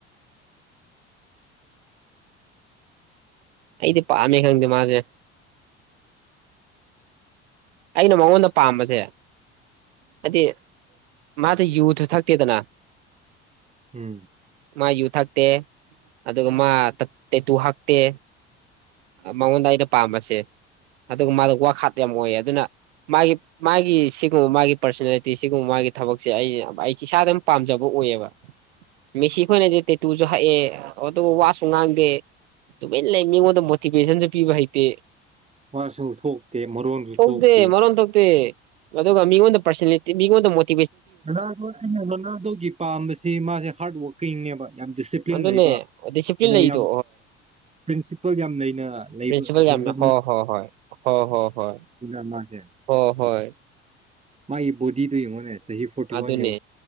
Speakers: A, on the right; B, on the right.
A: ꯑꯩꯗꯤ ꯄꯥꯝꯃꯦ ꯈꯪꯗꯦ ꯃꯥꯁꯦ ꯑꯩꯅ ꯃꯉꯣꯟꯗ ꯄꯥꯝꯕꯁꯦ ꯍꯥꯏꯗꯤ ꯃꯥꯗꯤ ꯌꯨꯁꯨ ꯊꯛꯇꯦꯗꯅ
B: ꯎꯝ
A: ꯃꯥ ꯌꯨꯊ ꯦ ꯑꯗꯨꯒ ꯃꯥ ꯇꯦꯇꯨ ꯍꯇꯦ ꯃꯉꯣꯟꯗ ꯑꯩꯅ ꯄꯥꯝꯕꯁꯦ ꯑꯗꯨꯒ ꯃꯥꯗ ꯋꯥꯈꯥꯠ ꯌꯥꯝ ꯑꯣꯏ ꯑꯗꯨꯅ ꯃꯥꯒꯤ ꯃꯥꯒꯤ ꯁꯤꯒꯨꯝꯕ ꯃꯥꯒꯤ ꯄꯔꯁꯣꯅꯦꯂꯤꯇꯤ ꯁꯤꯒꯨꯝꯕ ꯃꯥꯒꯤ ꯊꯕꯛꯁꯦ ꯑꯩ ꯑꯩꯁ ꯏꯁꯥꯗꯝ ꯄꯥꯝꯖꯕ ꯑꯣꯏꯑꯕ ꯃꯤꯦꯁꯤ ꯑꯩꯈꯣꯏꯅꯗꯤ ꯇꯦꯇꯨꯁꯨ ꯍꯛꯑꯦ ꯑꯗꯨꯕꯨ ꯋꯥꯁꯨ ꯉꯥꯡꯗꯦ ꯑꯗꯨꯃꯅ ꯂꯩ ꯃꯤꯉꯣꯟꯗ ꯃꯣꯇꯤꯚꯦꯁꯟꯁꯨ ꯄꯤꯕ ꯍꯩꯇꯦ
B: ꯃꯥꯁꯤꯡ ꯊꯣꯛꯇꯦ ꯃꯔꯣꯟꯁꯨ
A: ꯊꯣꯛꯇ
B: ꯊꯣꯛꯇꯦ
A: ꯃꯔꯣꯟ ꯊ ꯊꯣꯛꯣꯛꯇ ꯑꯗꯨꯒ ꯃꯤ ꯄꯔꯁ ꯃꯤ ꯃ
B: ꯅꯥ ꯅꯅꯥꯗꯣꯒꯤ ꯄꯥꯝꯕꯁꯤ ꯃꯥꯁꯦ ꯍꯥꯔꯗ ꯋꯥꯔꯀꯤꯡꯅꯦꯕ ꯌꯥꯝ ꯗꯤꯁꯤꯄ꯭ꯂꯤꯟ
A: ꯑꯗꯨꯅꯦ
B: ꯂꯩꯕ
A: ꯗꯤꯁꯤꯄ꯭ꯂꯤꯟ
B: ꯑꯗꯣ
A: ꯂꯩꯗꯣ
B: ꯌꯥꯝ ꯄ꯭ꯔꯤꯟꯁꯤꯄꯜ ꯌꯥꯝ ꯂꯩꯅ ꯂꯩꯕ
A: ꯄꯤꯟꯁꯤꯄꯥꯜ
B: ꯍꯤꯡꯕ
A: ꯌꯥꯝꯝꯅ ꯍꯣ ꯍꯣ ꯍꯣꯏ ꯍ ꯍꯣ ꯍꯣꯏ
B: ꯦ
A: ꯍ ꯍꯣꯏ
B: ꯃꯥꯥꯏ ꯣꯗꯤ ꯇ ꯏꯉꯣꯟꯦ ꯍ ꯐꯣꯇꯤ
A: ꯑꯗꯨꯅꯦ
B: ꯋꯥꯟ